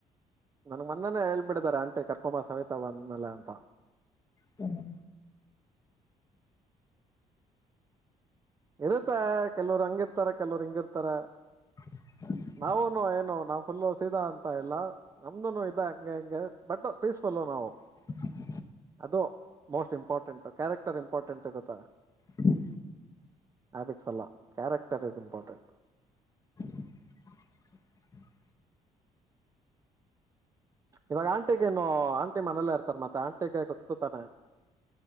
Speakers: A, on the right; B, on the left.
A: ನನ್ ಮೊನ್ನನೇ ಹೇಳ್ಬಿಡಿದ್ದಾರೆ ಆಂಟಿ ಕರ್ಕೊಂಬ ಸವೇತಾ ಬಂದ ಮಲ್ಲ ಅಂತ
B: ಹ್ಮ
A: ಇರುತ್ತಾ ಕೆಲವರು ಹಂಗಿರ್ತಾರ ಕೆಲವರ್ ಹಿಂಗಿರ್ತಾರ
B: ಹ
A: ನಾವುನು ಏನು ನಾವು ಫುಲ್ಲ ಸೀದಾ ಅಂತ ಇಲ್ಲ ನಮ್ದುನು ಇದ ಹಂಗೆ ಹಂಗೆ ಬಟ್ ಪೀಸ್ಫುಲ್ಲ ನಾವು
B: ಹ
A: ಅದು ಮೋಸ್ಟ್ ಇಂಪಾರ್ಟೆಂಟ್ ಕ್ಯಾರೆಕ್ಟರ್ ಇಂಪಾರ್ಟೆಂಟ್ ಇರುತ್ತಾ
B: ಹ್ಮ
A: ಹ್ಯಾಬಿಟ್ಸ್ ಅಲ್ಲ ಕ್ಯಾರೆಕ್ಟರ್ ಈಸ್ ಇಂಪಾರ್ಟೆಂಟ್
B: <inaudible>
A: ಇವಾಗ ಆಂಟಿಗೇನು ಆಂಟಿ ಮನೇಲ್ಲೇ ಇರ್ತಾರ ಮತ್ತೆ ಆಂಟಿಗೆ ಗೊತ್ತು ತಾನೆ